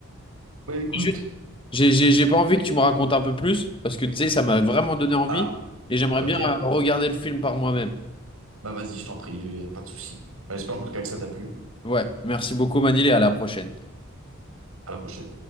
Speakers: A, on the right (about 80°); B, on the left (about 25°).
A: Bah écoute.
B: Juste, J'ai j'ai- j'ai pas envie que tu me racontes un peu plus parce que, tu sais, ça m'a vraiment donné envie
A: Ah,
B: et j'aimerais
A: ok.
B: bien euh, regarder le film par moi-même.
A: Bah vas-y, je t'en prie, il n'y a pas de souci. Bah, j'espère en tout cas que ça t'a plu.
B: Ouais, merci beaucoup, Manil, et à la prochaine.
A: À la prochaine.